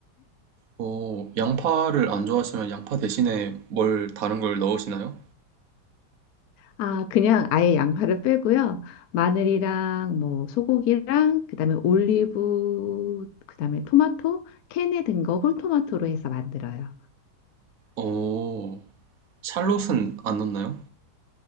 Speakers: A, on the right; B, on the left.
A: 어, 양파를 안 좋아하시면 양파 대신에 뭘 다른 걸 넣으시나요?
B: 아, 그냥 아예 양파를 빼고요. 마늘이랑 뭐 소고기랑 그다음에 올리브 그다음에 토마토 캔에 든 거 홀토마토로 해서 만들어요.
A: 오, 샬롯은 안 넣나요?